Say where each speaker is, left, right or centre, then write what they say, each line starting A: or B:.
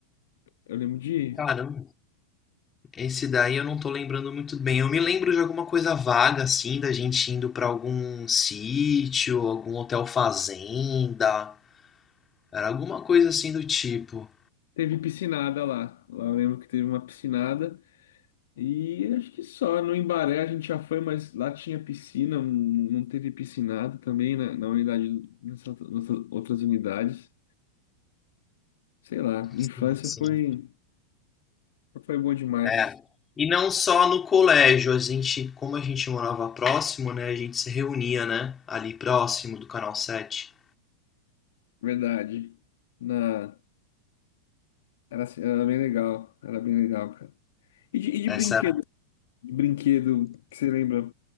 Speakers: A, on the left; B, on the left.
A: eu lembro de ir.
B: Caramba, esse daí eu não tô lembrando muito bem. Eu me lembro de alguma coisa vaga, assim, da gente indo pra algum sítio, algum hotel fazenda. Era alguma coisa assim do tipo.
A: Teve piscinada lá. Lá eu lembro que teve uma piscinada. E acho que só no Embaré a gente já foi, mas lá tinha piscina, não não teve piscinada também na, na unidade, nessas outras unidades. Sei lá, infância
B: Sim, sim.
A: foi, foi boa demais.
B: É. E não só no colégio, a gente, como a gente morava próximo, né, a gente se reunia, né, ali próximo do Canal sete
A: Verdade. Na... Era, assim- era bem legal. Era bem legal, cara. E de, e de
B: Essa,
A: brinquedo? De brinquedo, que você lembra?